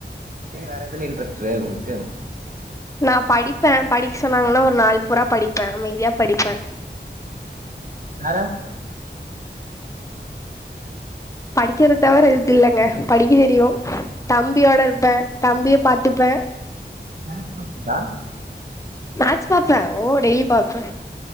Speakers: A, on the right (about 45°); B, on the left (about 15°).
A: சரி வேற எதுல இன்ட்ரெஸ்ட் உங்களுக்கு
B: நா படிப்பே படிக்க சொன்னாங்கன்னா ஒரு நாள் பூரா படிப்பே. அமைதியா படிப்பே.
A: வேற
B: படிக்கெறது தவர எது இல்லங்க. படிக்க தெரியு. தம்பியோட இருப்பே தம்பிய பாத்துப்பே
A: மேட்ச் பாப்பீங்களா
B: மேட்ச் பாப்பே ஓ டெய்லி பாப்பே